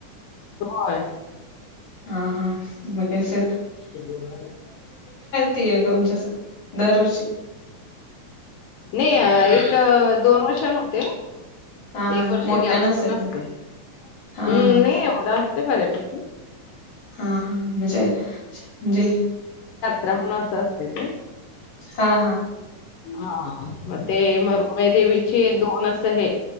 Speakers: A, on the left; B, on the left.
A: सय.
B: हा हा मगगस
A: नाही
B: ते तुमच्या स- दरवर्षी
A: एक. एक दोन वर्षान होते.
B: हा
A: एक
B: हा
A: वर्ष
B: मोठ्या
A: गॅप
B: नसेल
A: ठेवून असते.
B: मग
A: हम्म
B: हा हा.
A: नाही एवढा असते ते बरपैकी
B: हा हा म्हणजे म्हणजे
A: रमणास असते ते.
B: हा हा.
A: हा. मे मरगूबाई देवी. हे दोन अस हे,